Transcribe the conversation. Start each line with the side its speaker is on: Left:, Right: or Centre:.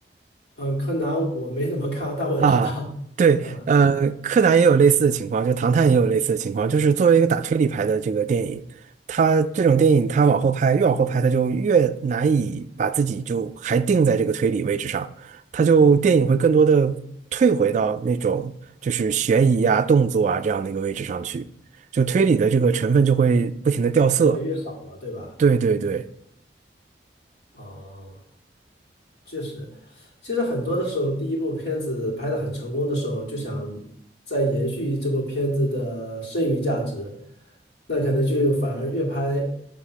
Left: 嗯，柯南我没怎么看，但我知道，
Right: 啊，
Left: <laughs>
Right: 对，
Left: 嗯
Right: 呃，柯南也有类似的情况，就唐探也有类似的情况，就是作为一个打推理牌的这个电影，它这种电影它往后拍，越往后拍，它就越难以把自己就还定在这个推理位置上，它就电影会更多的退回到那种就是悬疑啊、
Left: 嗯
Right: 动作啊这样的一个位置上去，就推理的这个成分就会不停的掉色。
Left: 嗯，越来越少了，对吧？
Right: 对对对，
Left: 哦。确实，其实很多的时候，第一部片子拍的很成功的时候，就想再延续这部片子的剩余价值，那可能就反而越拍